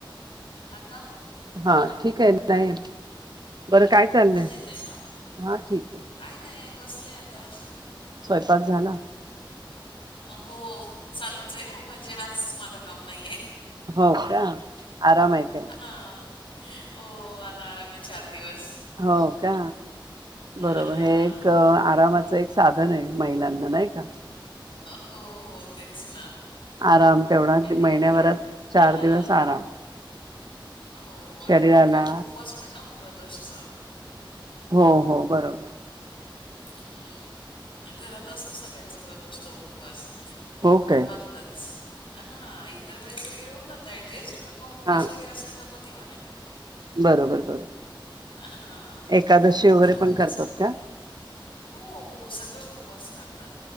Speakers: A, on the left; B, on the right.
A: आता
B: हा ठीक आहे नाही बरं काय चाललंय
A: आता येतोय ना
B: हा ठीक आहे
A: काय नाही बसले आता
B: स्वयंपाक झाला?
A: हो चालूच आहे म्हणजे आज माझं काम नाहीये.
B: हो का आराम आहे काय?
A: हां. हो आता आराम आहे चार दिवस
B: हो का
A: अ,
B: बरोबर
A: हां.
B: हे एक आरामाच एक साधन आहे महिलांना नाही का
A: हो हो तेच ना
B: आराम तेवढा
A: आणि नेमका
B: महिन्याभरात चार
A: हा
B: दिवस आराम
A: हो आणि
B: शरीराला
A: नेमका आज उपवास पण ना उप्रदोषचा
B: हो हो बरोबर
A: हम्म घरात असतो सगळ्यांचा प्रदोषचा उपवास म्हणून
B: ओके
A: मग जरा बाजूलाच हा इतर वेळेस वगैरे होऊन जात ऍडजस्ट पण मग उपवास
B: हा
A: वगैरे असला का मग तेव्हा नाही.
B: बरोबर बरोबर
A: हा
B: एकादशी वगैरे
A: झालं
B: पण
A: तुमचा
B: करतात
A: स्वयंपाक?
B: का
A: हो हो सगळे उपवास करतात.